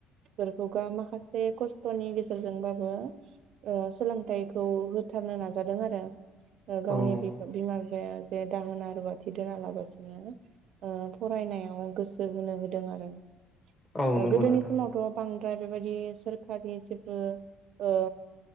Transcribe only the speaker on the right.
बेफोरखौ गा माखासे कस्थ'नि गेजेरजोंबाबो ओ सोलोंथाइखौ होथारनो नाजादों आरो। ओ गावनि
बिफा बिमा बिफाया जे दाहोना रुवाथि दोना लाबासिनो ओ फरायनायाव गोसो होनो होदों आरो।
ओ
गोदोनि
समावथ' बांद्राय बेबायदि सोरखारि जेबो ओ